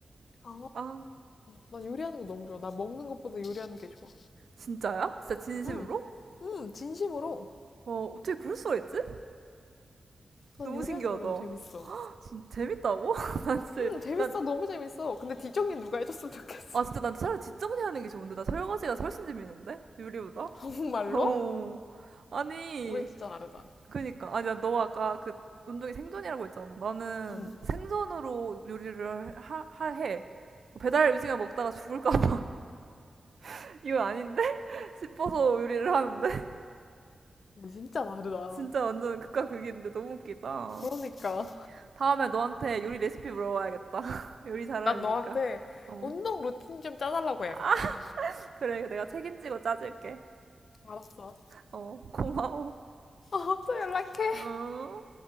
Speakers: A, on the left; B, on the right.
A: 아,
B: 아,
A: 나 요리하는 거 너무 좋아. 나 먹는 것보다 요리하는 게 좋아.
B: 진짜야? 진짜 진심으로?
A: 응, 응, 진심으로.
B: 어, 어떻게 그럴 수가 있지?
A: 난
B: 너무
A: 요리하는
B: 신기하다.
A: 게 너무 재밌어.
B: 진짜 재밌다고? <laughs> 난 진짜,
A: 응, 재밌어.
B: 난,
A: 너무 재밌어. 근데 디정님 누가 해줬으면 좋겠어.
B: 아, 진짜 난 차라리 뒷정리 하는 게 좋은데. 나 설거지가 훨씬 재밌는데? 요리보다?
A: <laughs> 정말로?
B: 어, 아니,
A: 우리 진짜 다르다.
B: 그니까. 아니, 너 아까 그 운동이 생존이라고 했잖아. 나는
A: 응,
B: 생존으로 요리를 하, 하 해. 배달 음식을 먹다가 죽을까봐 <laughs> 이건 아닌데 <laughs> 싶어서 요리를 하는데
A: 우리 진짜 다르다.
B: 진짜 완전 극과 극인데 너무 웃기다.
A: 그러니까.
B: 다음에 너한테 요리 레시피 물어봐야겠다. <laughs> 요리 잘하려니까.
A: 난 너한테
B: 어.
A: 운동 루틴 좀 짜달라고
B: 아,
A: 해야겠다.
B: 그래. 내가 책임지고 짜줄게.
A: 알았어.
B: 어, 고마워.
A: 어, 또 연락해.
B: 어.